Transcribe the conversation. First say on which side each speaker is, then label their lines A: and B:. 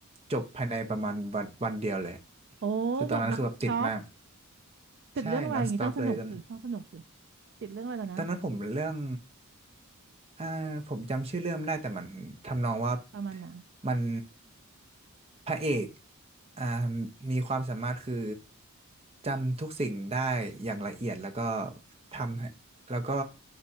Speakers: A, on the right; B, on the right.
A: จบภายในประมาณวันวันเดียวเลย
B: โอ้แบบนอนสต็อป
A: คือตอนนั้นคือแบบติดมาก
B: ติดเรื่องอะไรอย่างงี้ต้องสนุกสิต้องสนุกสิ
A: ใช่ non stop เลยตอน
B: ติดเรื่องอะไรตอนนะ
A: ตอนนั้นผมเรื่องอ่าผมจำชื่อเรื่องไม่ได้แต่มันทำนองว่า
B: ประมาณน่ะ
A: มันพระเอกอ่ามีความสามารถคือจำทุกสิ่งได้อย่างละเอียดแล้วก็ทำให้แล้วก็